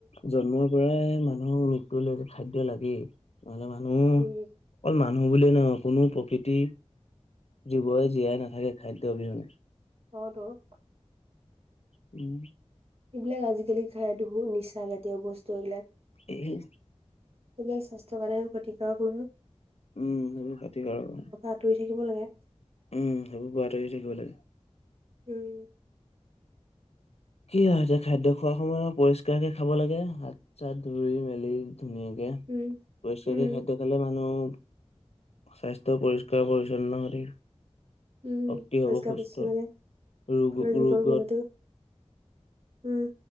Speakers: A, on the left; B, on the right.
A: জন্মৰ পৰাই মানুহৰ ৰূপ তো লৈকে যে খাদ্য লাগেই। নহলে মানুহ
B: উম,
A: অকল মানুহ। বুলিয়ে নহয় কোনো প্ৰকৃতি জীৱৰে জীয়াই নাথাকে খাদ্য অবিহনে।
B: অঁ ত।
A: উম।
B: এইবিলাক আজিকালি খাই বহু নিচা জাতীয় বস্তু এইবিলাক।
A: এই।
B: সব স্বাস্থ্য কাৰণে ক্ষতিকাৰক কোনো।
A: উম সেইবোৰ খতি আৰু
B: আঁতৰি থাকিব লাগে।
A: উম, সেইবোৰ পোৱাত ধৰি থাকিব লাগে।
B: উম।
A: কি হয় এতিয়া খাদ্য খোৱাৰ সময়ত পৰিষ্কাৰকে খাব লাগে হাত চাত ধুই মেলি ধুনীয়াকে
B: উম,
A: পৰিষ্কাৰকে
B: উম,
A: খাদ্য খালে মানুহ। স্বাস্থ্য পৰিষ্কাৰ পৰিচ্ছন্ন কৰি।
B: উম,
A: শক্তি
B: পৰিষ্কাৰ
A: হ'ব সুস্থ
B: পৰিচ্ছন্নকে
A: ৰোগ-ৰোগত।
B: ঘৰৰ জীৱন শৈলীটো উম।